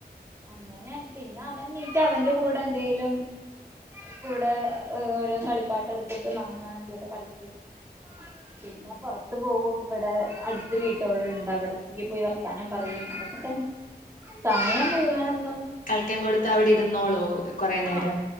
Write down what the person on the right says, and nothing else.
അങ്ങനെ പിന്നെ അവൻ എണീറ്റ അവന്റെ കൂടെ എന്തേലും കൂടെ ഓരോ കളിപ്പാട്ട എടുത്തിട്ടും അങ്ങനെ അങ്ങനെക്കെയിട്ട് കളിക്കും പിന്നെ പൊറത്ത് പോവും ഇവിടെ അടുത്ത് വീട്ടുകളുണ്ട് അവിടക്ക് പോയി വർത്താനം പറയും അതൊക്കെ സമയം മുഴുവനെല്ലാം
ആഹ്